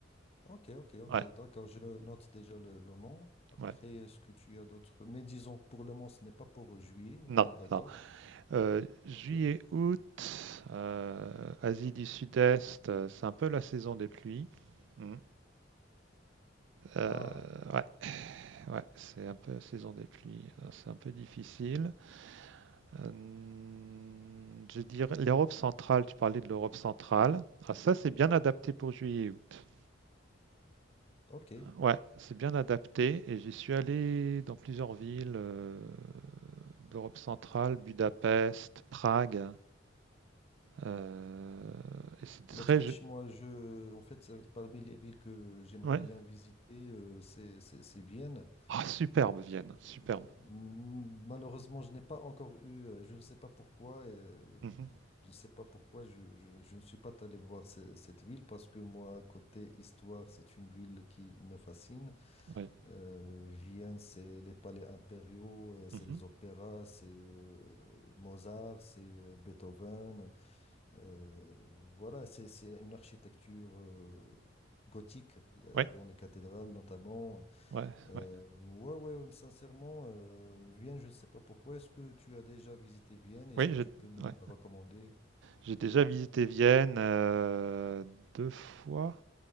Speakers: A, on the left; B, on the right.
A: Ok, ok, ok,
B: Ouais,
A: d'accord, je note déjà le, le Mans. Après,
B: ouais.
A: est-ce que tu as d'autres... Mais disons, pour le Mans, ce n'est pas pour euh, juillet,
B: Non,
A: on est d'accord?
B: non. Euh, juillet,
A: Ok.
B: août, euh, Asie du Sud-Est, euh, c'est un peu la saison des pluies. Hmm. Euh,
A: Ah,
B: ouais. Ouais, c'est un peu la saison des pluies, euh, c'est un peu difficile. Euh, je dirais l'Europe centrale, tu parlais de l'Europe centrale. Ah, ça, c'est bien adapté pour juillet et août.
A: ok.
B: Ouais, c'est bien adapté et j'y suis allé dans plusieurs villes euh, d'Europe centrale, Budapest, Prague. euh, et c'est très...
A: L'Autriche,
B: ju-
A: moi, je... En fait, c'est parmi les villes que j'aimerais
B: Ouais.
A: bien visiter, euh, c'est c'est- c'est Vienne.
B: Ah, superbe Vienne, superbe.
A: Euh, m- Malheureusement, je n'ai pas encore eu, euh, je ne sais pas pourquoi, euh,
B: Mhm,
A: Je ne sais pas pourquoi je, je- je ne suis pas allé voir ce- cette ville parce que moi, côté histoire, c'est une ville qui me fascine.
B: oui.
A: Euh, Vienne, c'est les palais impériaux, euh, c'est
B: Mhm.
A: les opéras, c'est euh, Mozart, c'est euh, Beethoven. Euh, voilà, c'est, c'est une architecture euh, gothique il y a-
B: Ouais,
A: dans les cathédrales notamment.
B: ouais,
A: Euh,
B: ouais.
A: ouais, ouais, sincèrement, euh, Vienne, je ne sais pas pourquoi. Est-ce que tu as déjà visité Vienne? Est-ce
B: Oui,
A: que
B: j'ai
A: tu peux me
B: ouais.
A: la recommander?
B: J'ai déjà visité Vienne euh, deux fois,